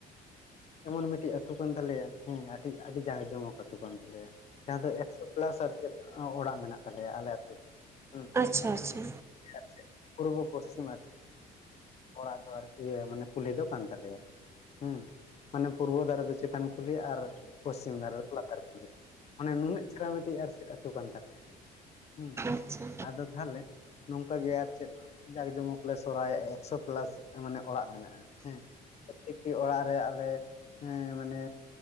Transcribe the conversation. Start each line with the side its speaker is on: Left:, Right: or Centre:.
Left: ᱮᱢᱚᱱ ᱢᱤᱫᱴᱤᱡ ᱟᱹᱛᱩ ᱠᱟᱱ ᱛᱟᱞᱮᱭᱟ ᱦᱮᱸ ᱟᱴᱤ ᱟᱹᱰᱤ ᱡᱟᱸᱠ ᱡᱚᱢᱚᱠ ᱟᱹᱛᱩ ᱠᱟᱱ ᱛᱟᱞᱮᱭᱟ᱾ ᱡᱟᱸᱦᱟ ᱟᱫᱚ ᱮᱠᱥᱳ ᱯᱞᱟᱥ ᱟᱨ ᱪᱮᱫ ᱚᱲᱟᱜ ᱢᱮᱱᱟᱜ ᱛᱟᱞᱮᱭᱟ ᱟᱞᱮ ᱟᱹᱛᱩ ᱦᱩᱸ᱾
Right: ᱟᱪᱪᱷᱟ ᱟᱪᱪᱷᱟ
Left: ᱟᱨ ᱪᱮᱫ, ᱯᱩᱨᱵᱚ ᱯᱚᱥᱪᱤᱢ ᱟᱨ ᱚᱲᱟᱜ ᱫᱚ ᱟᱨ ᱠᱤ ᱢᱟᱱᱮ ᱠᱩᱞᱦᱤ ᱫᱚ ᱠᱟᱱ ᱛᱟᱞᱮᱭᱟ ᱦᱩᱸ᱾ ᱢᱟᱱᱮ ᱯᱩᱨᱵᱚ ᱫᱟᱨᱮ ᱫᱚ ᱪᱮᱛᱟᱱ ᱠᱩᱞᱦᱤ ᱟᱨ ᱯᱚᱥᱪᱤᱢ ᱫᱷᱟᱨᱮ ᱫᱚ ᱞᱟᱛᱟᱨ ᱠᱩᱞᱦᱤ᱾ ᱚᱱᱮ ᱱᱩᱱᱟᱹᱜ ᱪᱮᱨᱦᱟ ᱢᱤᱴᱤᱡ ᱟᱨᱥᱮᱫ ᱟᱹᱛᱩ ᱠᱟᱱ ᱛᱟᱞᱮᱭᱟ ᱦᱩᱸ
Right: ᱟᱪᱪᱷᱟ
Left: ᱟᱫᱚ ᱛᱟᱦᱞᱮ ᱱᱚᱝᱠᱟ ᱜᱮ ᱟᱨ ᱪᱮᱫ ᱡᱟᱸᱠ ᱡᱚᱢᱚᱠ ᱞᱮ ᱥᱚᱨᱦᱟᱭᱮᱜᱼᱟ ᱮᱠᱥᱚ ᱯᱞᱟᱥ ᱢᱟᱱᱮ ᱚᱲᱟᱜ ᱢᱮᱱᱟᱜᱼᱟ ᱦᱮᱸ᱾ ᱯᱨᱚᱛᱛᱮᱠᱴᱤ ᱚᱲᱟᱜ ᱨᱮ ᱟᱞᱮ ᱦᱮᱸ ᱢᱟᱱᱮ